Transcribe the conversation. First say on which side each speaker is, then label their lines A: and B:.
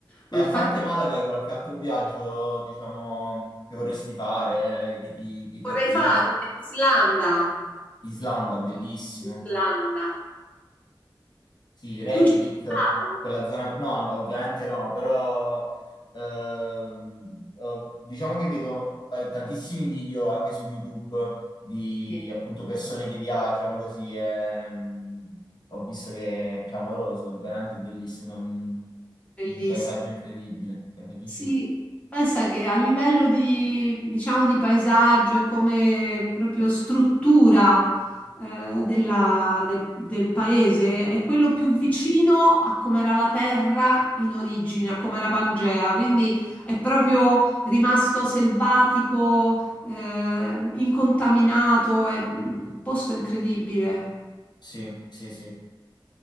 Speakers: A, on the left; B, on the left.
A: Ma
B: E
A: infatti
B: a parte Malaga, hai qualche altro viaggio, diciamo, che vorresti fare, che ti, che ti
A: vorrei
B: attira?
A: fare Islanda.
B: Islanda, bellissimo.
A: Islanda.
B: Sì, Reykjavik,
A: Tu ci sei stato?
B: quella zona... No, no, ovviamente no, però ehm, ho- diciamo che vedo pa- tantissimi video anche su YouTube di
A: Sì.
B: appunto persone che viaggiano così e mm, ho visto che è clamoroso, è veramente bellissimo, un,
A: Bellissimo.
B: un paesaggio incredibile, paesaggio incredibile.
A: Sì, pensa che a livello di, diciamo, di paesaggio e come proprio struttura eh, della- del, del paese è quello più vicino a come era la terra in origine, a come era Pangea, quindi è proprio rimasto selvatico, eh, incontaminato, è mm, un posto incredibile.
B: Sì, sì, sì.